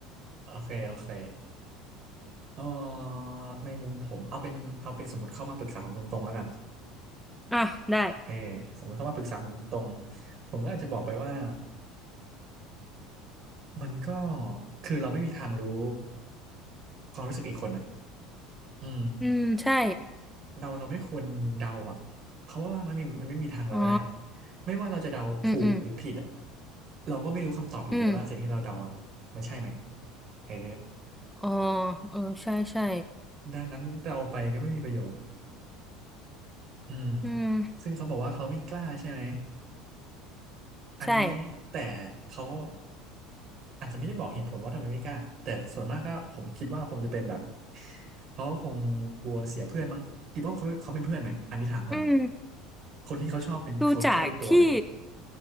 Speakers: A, on the right; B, in the centre.
A: โอเคโอเค เออในมุมผมเอาเป็นเอาเป็นสมมติเข้ามาปรึกษาผมตรงๆแล้วกัน
B: อ่ะได้
A: เออสมมติเข้ามาปรึกษาผมตรงๆผมก็อาจจะบอกไปว่ามันก็คือเราไม่มีทางรู้ความรู้สึกอีกคนอ่ะอืม
B: อืมใช่
A: เราเราไม่ควรเดาอ่ะเขาะว่ามันมีมันไม่มีทางเดาได้
B: อ๋อ
A: ไม่ว่าเราจะเดาถูกหรือผิดอ่ะ
B: อืมอืม
A: เราก็ไม่รู้คำตอบอยู่ดีว่าสิ่งที่เราเดาอ่ะมันใช่ไหม
B: อืม
A: เออ
B: อ๋อเออใช่ใช่
A: ดังนั้นเราไปก็ไม่มีประโยชน์อืม
B: อืม
A: ซึ่งเขาบอกว่าเขาไม่กล้าใช่ไหม อันนี้แต่เขาก็
B: ใช่
A: อาจจะไม่ได้บอกเหตุผลว่าทำไมไม่กล้าแต่ส่วนมากก็ผมคิดว่าคงจะเป็นแบบเขาคงกลัวเสียเพื่อนมั้งคิดว่าเขาเขาเป็นเพื่อนไหมอันนี้ถามก่อน
B: อืม
A: คนที่เขาชอบเป็นคนใกล้ตัวไหม
B: ดูจากที่